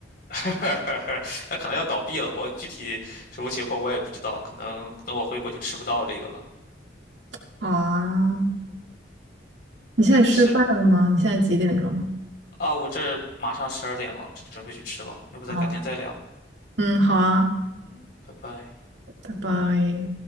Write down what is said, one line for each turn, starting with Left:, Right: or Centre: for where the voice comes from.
Left: <laughs> 他可能要倒闭了，我具体什么情况我也不知道，可能等我回国就吃不到这个了。
Right: <laughs>。好啊，你现在吃饭了吗？
Left: 是
Right: 你现在几点钟了？
Left: 啊，我这儿马上十二点了，这准备去吃了，要不咱改天再聊？
Right: 哦，嗯，好啊，
Left: 嗯，拜拜。
Right: 拜拜。